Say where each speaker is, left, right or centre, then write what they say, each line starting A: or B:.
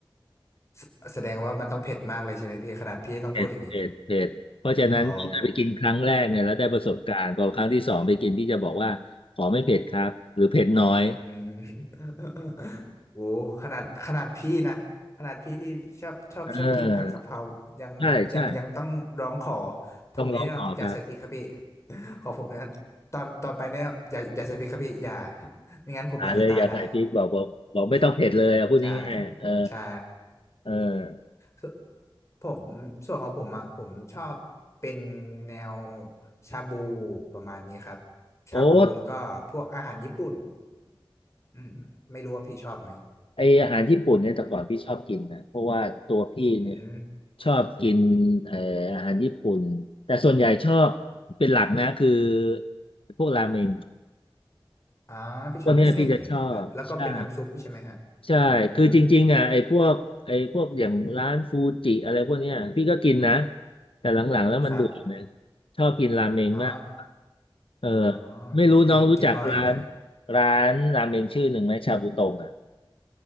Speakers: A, on the left; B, on the left.
A: แสแสดงว่ามันต้องเผ็ดมากเลยใช่ไหมพี่ขนาดพี่ต้องพูดอย่างนี้นี่
B: เผ็ดเผ็ดเผ็ดเพราะฉะนั้นที่เคยไปกินครั้งแรกเนี่ยแล้วได้ประสบการณ์พอครั้งที่สองไปกินที่จะบอกว่าขอไม่เผ็ดครับหรือเผ็ดน้อย
A: อ๋อ อืม <laughs> โอ้ขนาดขนาดพี่นะขนาดพี่ที่ชอบชอบชอบกินผัดกะเพรายังยังยังต้องร้องขอ
B: เออใช่ใช่
A: ผมนี่อย่าใส่พริกครับพี่
B: ต้องร้องขอครับ
A: <laughs> ของผมเนี่ยตอนตอนไปเนี่ยอย่าอย่าใส่พริกครับพี่อย่าไม่งั้นผมอาจจะตายได้
B: <laughs> หาเลยอย่าใส่พริกบอกบอกบอกไม่ต้องเผ็ดเลยอะพูดง่ายๆเออ
A: อืมใช่ใช่
B: เออ
A: ส่วนผมส่วนของผมอ่ะผมชอบเป็นแนวชาบูประมาณนี้ครับชาบูแล้วก็พวกอาหารญี่ปุ่น
B: โอ๊ต
A: อืมไม่รู้ว่าพี่ชอบไหม
B: ไออาหารญี่ปุ่นเนี่ยแต่ก่อนพี่ชอบกินนะเพราะว่าตัวพี่เนี่ย
A: อืม
B: ชอบกินเอ่ออาหารญี่ปุ่นแต่ส่วนใหญ่ชอบเป็นหลักนะคือพวกราเมง
A: อ่าพี่ชอบเป็นเส้นแบบแล้วก็เป็นน้ำซุปพี่ใช่ไหมฮะ
B: พวกเนี้ยพี่จะชอบใช่ใช่คือจริงๆอ่ะไอ้พวกไอ้พวกอย่างร้านฟูจิอะไรพวกเนี้ยพี่ก็กินนะ
A: อืม
B: แต่หลังๆแล้วมันเบื่อเลย
A: ครับ
B: ชอบกินราเมงมาก
A: อ๋อ
B: เออ
A: อ๋อ
B: ไม่รู้น้องรู้จักร้าน
A: กินกินบ่อยแหละ
B: ร้านราเมงชื่อหนึ่งไหมชาบูตงอ่ะ